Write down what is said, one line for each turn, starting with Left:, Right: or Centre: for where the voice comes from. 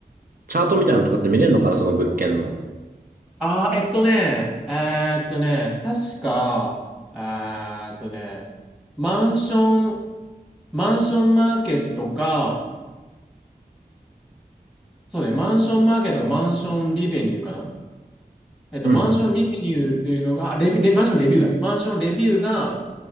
Right: チャートみたいなのとかって見れるのかな、その物件の。
Centre: ああ、えっとね、えーっとね、確か、えーっとね、マンション、マンションマーケットか、そうね、マンションマーケットかマンションリベニューかな。えっと、
Right: うん。
Centre: マンションリベニューっていうのが、あレビ、レ、マンションレビューだ。マンションレビューが、